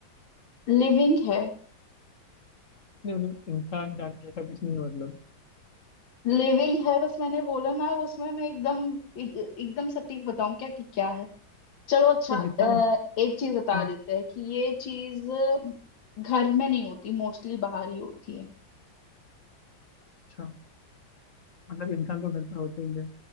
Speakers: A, on the left (about 85°); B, on the left (about 45°).
A: लिविंग है
B: नहीं मतलब इंसान जानवर ऐसा कुछ नहीं है मतलब
A: लिविंग है बस मैंने बोला ना उसमें मैं एकदम एक, एकदम सटीक बताऊं क्या कि क्या है चलो अच्छा
B: मतलब
A: अ,
B: जितना भी
A: एक चीज बता
B: हाँ
A: देते हैं कि ये चीज घर में नहीं होती मोस्टली बाहर ही होती है
B: अच्छा मतलब इंसान तो घर पे होता ही है अ,